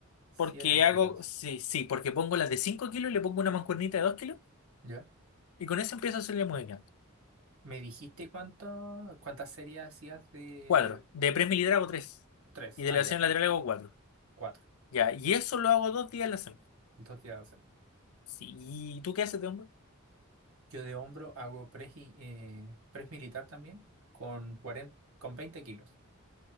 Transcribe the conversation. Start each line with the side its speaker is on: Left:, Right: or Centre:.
Right: 7
Left: Porque hago,
Right: kilos.
Left: sí, sí, porque pongo las de 5 kilos, y le pongo una mancuernita de 2 kilos
Right: Ya.
Left: y con eso empiezo a hacerle movimiento.
Right: Me dijiste cuánto, cuántas series hacías de
Left: cuatro De press militar hago tres
Right: tres.
Left: Y de
Right: Ah,
Left: elevación
Right: ya,
Left: lateral hago cuatro
Right: cuatro.
Left: Ya, y eso lo hago dos días a la semana.
Right: Dos días de hacer.
Left: Sí, ¿y tú qué haces de hombro?
Right: Yo de hombro hago press, y- eh, press militar también con 40, con 20 kilos,